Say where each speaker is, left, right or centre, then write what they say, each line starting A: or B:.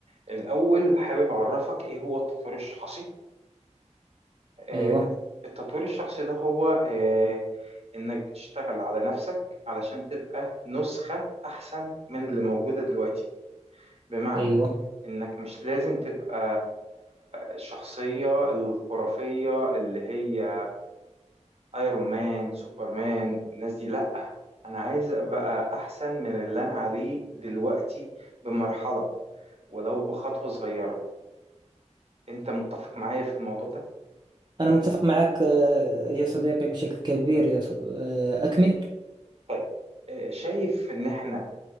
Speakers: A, on the right; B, on the right.
A: الأول حابب أعرفك ايه هو التطوير الشخصي آه،
B: أيوة
A: التطوير الشخصي ده هو آه، إنك بتشتغل على نفسك علشان تبقى نسخة أحسن من اللي موجودة دلوقتي بمعنى
B: أيوة
A: إنك مش لازم تبقى الشخصية الخرافية اللي هي ايرون مان سوبرمان الناس دي لا انا عايز ابقى احسن من اللي انا عليه دلوقتي بمرحلة ولو بخطوة صغيرة انت متفق معايا في الموضوع ده
B: أنا متفق معك آه، يا صديقي بشكل كبير يا ص- آه، أكمل
A: طيب آه، شايف ان احنا